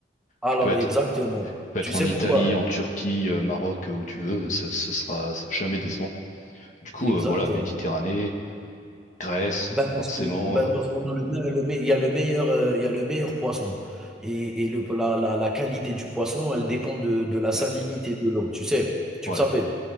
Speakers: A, in the centre; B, on the left.
A: alors
B: Tu peux être,
A: exactement.
B: tu peux être
A: Tu sais
B: en Italie,
A: pourquoi?
B: en Turquie, euh, Maroc, euh, où tu veux, ça, ça sera jamais décevant. Du coup,
A: Exactement.
B: euh, voilà, Méditerranée, Grèce,
A: Bah, parce
B: forcément,
A: que bah,
B: euh,
A: parce qu'on a le me le me il y a le meilleur, heu, il y a le meilleur poisson et et le la la la qualité du poisson, elle dépend de de la salinité
B: la,
A: de l'eau, tu sais? Tu
B: ouais,
A: le savais?